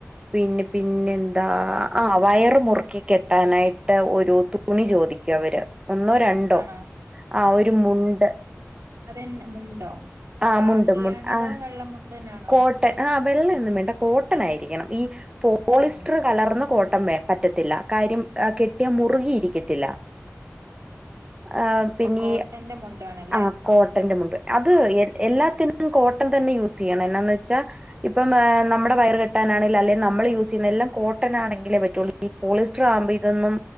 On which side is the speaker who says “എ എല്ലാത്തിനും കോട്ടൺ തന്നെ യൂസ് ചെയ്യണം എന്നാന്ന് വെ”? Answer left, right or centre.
Right